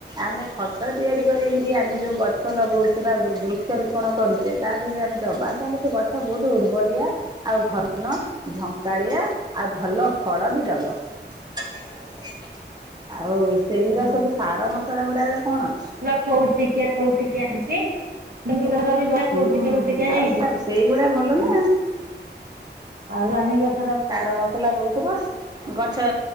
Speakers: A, on the right; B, on the right.
A: ଆମେ ଖ ଖତ ତିଆରି କରିକିରି ଆମେ ଯୋଉ ଗଛ ନଗଉଚୁ ବା ବୃକ୍ଷ ରୋପଣ କରୁଚେ ତା ଦେହରେ ଆମେ ଦବା ତାହେଲେ ସେ ଗ ଗଛ ବହୁତ୍ ଉର୍ବରିଆ ଆଉ ଘନ ଝଙ୍କାଳିଆ ଆଉ ଭଲ ଫଳ ବି ଦବ। ଆଉ ସେଇଗୁରା
B: ହଁ
A: ସବୁ ସାର ମସଲା ଗୁଡାକରେ କଣ ଅଛି।
B: କୋଉ ତିକିଆ କୋଉ ତିକିଆ ହେଇଚି ଯେମିତି ତଥାପି ସେ
A: ହୁଁ
B: କଉତିକିଆ କଉ ତିକିଆ ହେଇଛି
A: ଆଉ ପୁରା ସେଇଗୁଡା ଭଲ
B: ଆ
A: ନା
B: ଆଉ ଜହ୍ନିଗଛ
A: ସାର ମସଲା ଦଉଥିବ ଗଛ